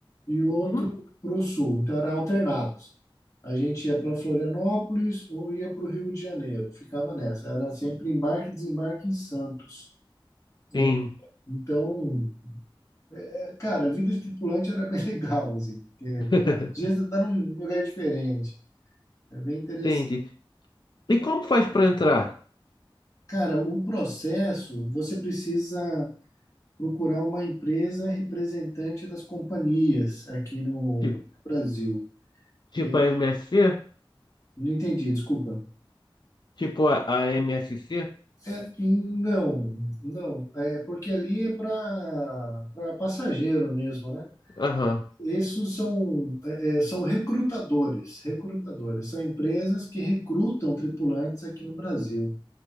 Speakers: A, on the left (about 35°); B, on the left (about 55°).
A: E o outro
B: Uhum.
A: para o sul. Então era alternados. A gente ia para Florianópolis ou ia para o Rio de Janeiro. Ficava nessa. Era sempre embarque e desembarque em Santos. É,
B: Sim.
A: então, é, cara, a vida de tripulante era bem <laughs> legal, assim. porque
B: <laughs>
A: Às vezes você tá num lugar diferente. É bem interessante.
B: Entendi. E como faz pra entrar?
A: Cara, o processo, você precisa procurar uma empresa representante das companhias aqui no
B: Tipo,
A: Brasil.
B: tipo
A: Eu
B: a MSC?
A: Não entendi, desculpa.
B: Tipo a, a MSC?
A: É, não, não. É porque ali é para passageiro mesmo, né?
B: Aham.
A: Esses são, é, é, são recrutadores, recrutadores. São empresas que recrutam tripulantes aqui no Brasil.